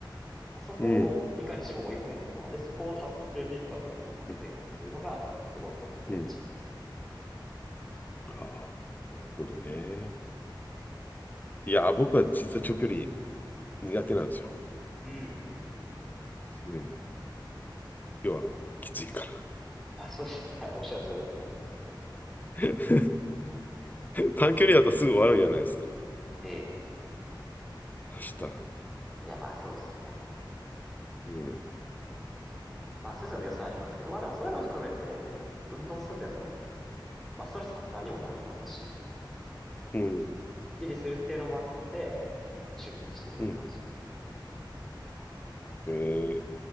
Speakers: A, in the centre; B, on the left.
A: そこをいかに自分を追い込むか、
B: うん、
A: で、そこを達成できた時の達成感っていうのが、
B: うん、
A: すごい気持ちいいみたい
B: うん。ああ、なるほどね。
A: な。ま
B: いや、僕は実は長距離
A: あ
B: 苦手なんですよ。
A: うんうんうんうん。
B: うん。要は、きついから。
A: まあそうですね。<laughs> いやおっしゃる通りだと思います。
B: <laughs> 短距離だとすぐ終わるんじゃないですか。
A: ええ。
B: 走ったら。
A: いやまあそうですね。
B: うん。
A: まあそれぞれのね、まあそれぞれの良さありますけど、まあでもそういうのを含めて結構運動するとやっぱりまあ、ストレス発散にもなりますし、
B: うん。
A: スッキリするっていうのもあって、趣味にしてるって感じなんですけど。
B: うん。えー、